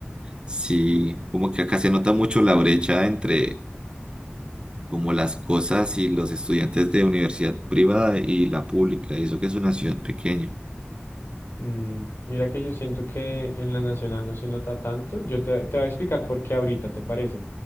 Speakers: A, on the right; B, on the left.
A: sí, como que acá se nota mucho la brecha entre como las cosas y los estudiantes de universidad privada y la pública, y eso que es una ciudad pequeña.
B: Mm, mira que yo siento que en la nacional no se nota tanto. Yo te, te voy a explicar por qué ahorita, ¿te parece?